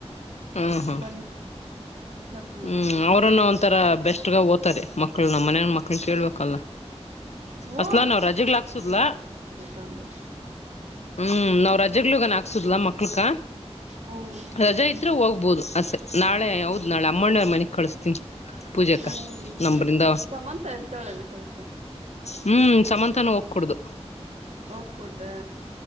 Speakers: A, on the left; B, on the right.
A: ಹ್ಮ ಹ್ಮ
B: ಬಂದ್ ಕರ್ಕೊಂಡ್ ಬಂದ್ಬಿಟ್ವಿ
A: ಹ್ಮ್ ಅವರನ್ನ ಒಂಥರ ಬೆಸ್ಟ್ <unintelligible> ಮಕ್ಕಳ ನಮ್ಮ ಮನ ಮಕ್ಳ ಕೇಳ್ಬೇಕಲ್ಲ
B: ಹ್ಮ
A: ಅಸಲಾ ನಾವ್ ರಜೆಗಲ್ಹಕ್ಸಿದ್ಞಲ್ಲ
B: ಬೇಕಂದ್ರೆ
A: ಹ್ಮ್ ನ ರಜೆಗ ಹಾಕ್ಸುದಲ ಮಕ್ಳಕ
B: ಹ್ಮ್
A: ರಜೆಾ ಇದ್ರೆ ಹೋಗ್ಬಹುದು ಅಷ್ಟೆ ನಾಳೆ ಅಮ್ಮಣ್ಣ ಮನೆಗ್ ಕಳಸ್ತೀನಿ ಪೂಜಕ
B: ಹ್ಮ್
A: ನಂಬ್ರಿಂದ
B: ಸಮಂತ ಇರ್ತಾಳೆನ ಕಳ್ಸ
A: ಹ್ಮ್ ಸಮಂತಾನೂ ಹೋಗ್ ಕುೂಡ್ದು
B: ಹೋಗ್ ಕೊಡ್ದೆ